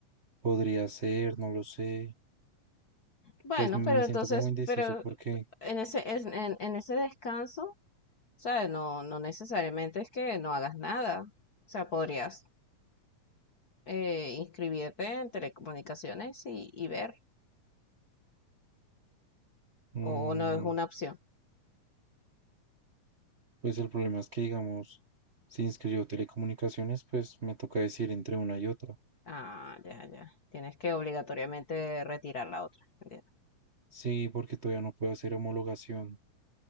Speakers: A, on the right; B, on the left.
A: podría ser, no lo sé.
B: Bueno,
A: Pues me
B: pero
A: siento
B: entonces,
A: como indeciso
B: pero
A: porque...
B: en ese, es- en, en ese descanso sabes no, no necesariamente es que no hagas nada. O sea, podrías eh, inscribirte en telecomunicaciones y, y ver,
A: mm,
B: o no es una opción.
A: Pues el problema es que, digamos, si inscribo telecomunicaciones, pues me toca decir entre una y otra.
B: Ah, ya, ya. Tienes que obligatoriamente retirar la otra. entiendo.
A: Sí, porque todavía no puedo hacer homologación.